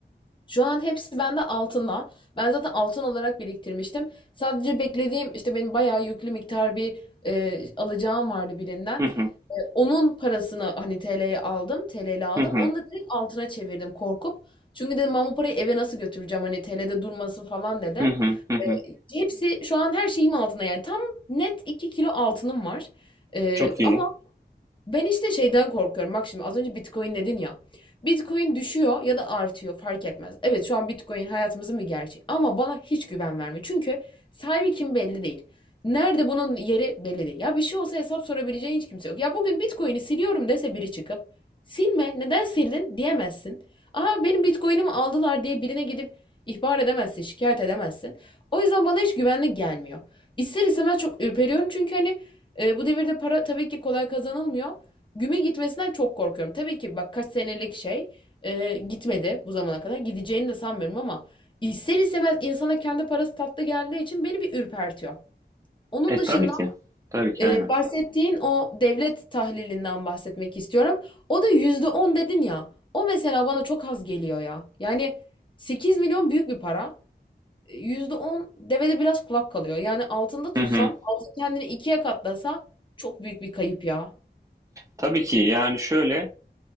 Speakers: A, on the left (about 25°); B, on the right (about 15°).
A: Şu an hepsi bende altında. Ben zaten altın olarak biriktirmiştim. Sadece beklediğim işte benim bayağı yüklü miktar bir e, alacağım vardı birinden.
B: Hı hı,
A: E, onun parasını hani TL'ye aldım. TL'li aldım.
B: hı hı,
A: Onu da direkt altına çevirdim korkup. Çünkü dedim ben bu parayı eve nasıl götüreceğim hani TL'de durmasın falan dedim.
B: hı hı, hı hı.
A: Hepsi şu an her şeyim altında yani tam net 2 kilo altınım var. Ee,
B: Çok iyi.
A: ama ben işte şeyden korkuyorum. Bak şimdi az önce Bitcoin dedin ya. Bitcoin düşüyor ya da artıyor fark etmez. Evet şu an Bitcoin hayatımızın bir gerçeği ama bana hiç güven vermiyor. Çünkü sahibi kim belli değil. Nerede bunun yeri belli değil. Ya bir şey olsa hesap sorabileceğin hiç kimse yok. Ya bugün Bitcoin'i siliyorum dese biri çıkıp silme neden sildin diyemezsin. Aha benim Bitcoin'imi aldılar diye birine gidip ihbar edemezsin, şikayet edemezsin. O yüzden bana hiç güvenli gelmiyor. İster istemez çok ürperiyorum çünkü hani e, bu devirde para tabii ki kolay kazanılmıyor. Güme gitmesinden çok korkuyorum. Tabii ki bak kaç senelik şey e, gitmedi bu zamana kadar. Gideceğini de sanmıyorum ama ister istemez insana kendi parası tatlı geldiği için beni bir ürpertiyor. Onun
B: E
A: dışında
B: tabii ki. Tabii ki
A: e,
B: aynen.
A: bahsettiğin o devlet tahlilinden bahsetmek istiyorum. O da %10 dedin ya. O mesela bana çok az geliyor ya. Yani 8 milyon büyük bir para. E, yüzde on devede biraz kulak kalıyor. Yani altında tutsan,
B: Hı hı.
A: altın kendini ikiye katlasa çok büyük bir kayıp ya.
B: Tabii ki yani şöyle